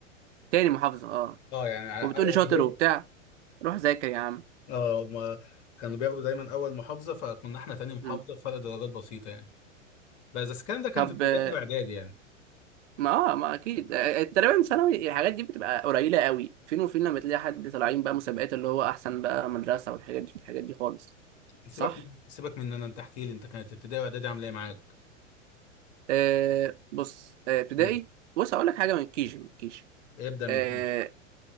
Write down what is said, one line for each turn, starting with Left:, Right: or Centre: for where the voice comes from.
Right: تاني محافظة اه
Left: اه يعني على-
Right: وبتقولي
Left: اه هما
Right: شاطر
Left: بياخدوا-
Right: وبتاع روح ذاكر يا عم
Left: آه، هما كانوا بياخدوا دايما أول محافظة فكنا احنا تاني محافظة
Right: مم.
Left: فرق درجات بسيطة يعني بس الكلام ده كان
Right: طب
Left: في ابتدائي
Right: آه،
Left: وإعدادي يعني
Right: ما اه ما اكيد آه، آه، تقريبا ثانوي الحاجات دي بتبقى قليلة قوي فين وفين لما تلاقي حد طالعين بقى مسابقات اللي هو احسن بقى مدرسة والحاجات دي الحاجات دي خالص
Left: سيبك
Right: صح
Left: سيبك من ان انت احكي لي انت كانت ابتدائي واعدادي عامله ايه معاك
Right: آه بص آه ابتدائي
Left: امم
Right: بص هقول لك حاجه من كيجي من كيجي
Left: ابدا من
Right: اه
Left: كيجي